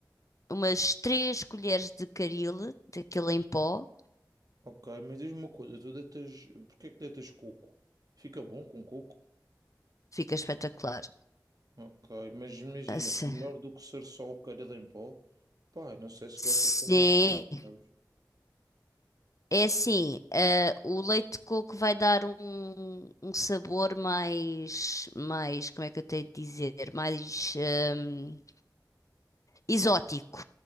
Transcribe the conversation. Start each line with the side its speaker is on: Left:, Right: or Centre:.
Left: umas três colheres de caril, daquele em pó,
Right: Ok, mas diz-me uma coisa, tu deitas, porque é que deitas coco? Fica bom com coco?
Left: fica espetacular.
Right: Ok, mas imagina,
Left: Assim.
Right: melhor do que ser só o caril em pó? Pá, não sei se
Left: Sim,
Right: gostas de mistura, sabes?
Left: é assim, eh, o leite de coco vai dar um, um sabor mais, mais, como é que eu tenho de dizer, mais ehm, exótico,